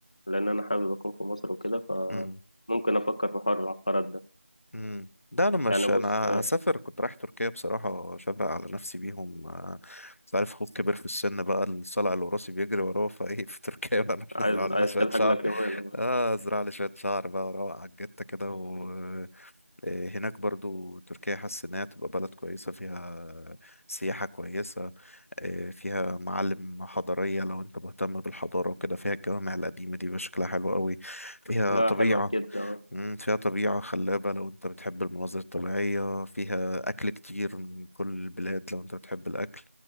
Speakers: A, on the left; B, on the left.
A: لان انا حابب اكون في مصر وكده فممكن
B: ايوه
A: افكر في حوار العقارات ده
B: امم ده انا مش
A: يعني بص
B: انا هسافر كنت رايح تركيا بصراحه شبق على نفسي بيهم آه، انت عارف اخوك كبر في السن بقى الصلع الوراثي بيجري وراه فايه في تركيا بقى <laughs> نروح
A: عايز
B: نزرع لنا
A: عايز
B: شويه
A: تلحق
B: شعر
A: لك يومين
B: اه ازرع لي شويه شعر بقى وروق على الجته كده و آه، هناك برضو تركيا حاسس انها تبقى بلد كويسه فيها سياحه كويسه آه، فيها معالم حضاريه لو انت مهتم بالحضاره وكده فيها الجوامع القديمه دي بشكلها حلو قوي فيها
A: لا
B: طبيعه
A: حلوة جدا
B: مم، فيها طبيعة خلابة لو انت بتحب المناظر الطبيعية فيها أكل كتير من كل البلاد لو انت بتحب الأكل